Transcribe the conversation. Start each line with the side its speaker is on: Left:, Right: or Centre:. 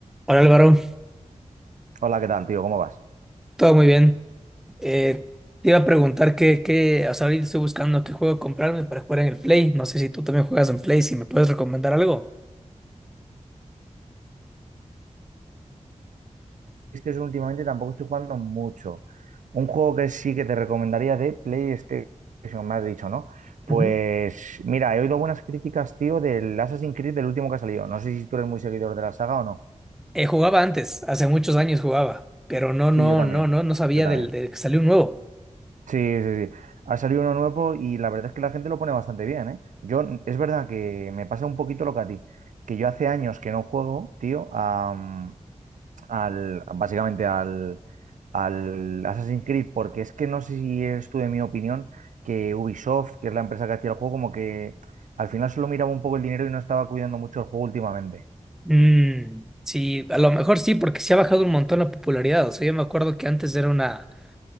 Centre: Hola Álvaro,
Right: Hola, ¿qué tal, tío? ¿Cómo vas?
Centre: todo muy bien. Eh, te iba a preguntar qué, qué, o sea, ahorita estoy buscando qué juego comprarme para jugar en el Play. No sé si tú también juegas en Play, si me puedes recomendar algo.
Right: Este es últimamente tampoco estoy jugando mucho. Un juego que sí que te recomendaría de PlayStation, me has dicho, ¿no? Pues
Centre: Ujú.
Right: mira, he oído buenas críticas, tío, del Assassin's Creed, del último que ha salido. No sé si tú eres muy seguidor de la saga o no.
Centre: Eh, jugaba antes, hace muchos años jugaba, pero no, no,
Right: Sí, yo también.
Centre: no, no, no sabía
Right: Yo también.
Centre: del, de que salió un nuevo.
Right: Sí, sí, sí. Ha salido uno nuevo y la verdad es que la gente lo pone bastante bien, ¿eh? Yo, es verdad que me pasa un poquito lo que a ti, que yo hace años que no juego, tío, a, al, básicamente al, al Assassin's Creed, porque es que no sé si eres tú de mi opinión, que Ubisoft, que es la empresa que hacía el juego, como que al final solo miraba un poco el dinero y no estaba cuidando mucho el juego últimamente.
Centre: Mm, sí, a lo mejor sí, porque sí ha bajado un montón la popularidad. O sea, yo me acuerdo que antes era una, o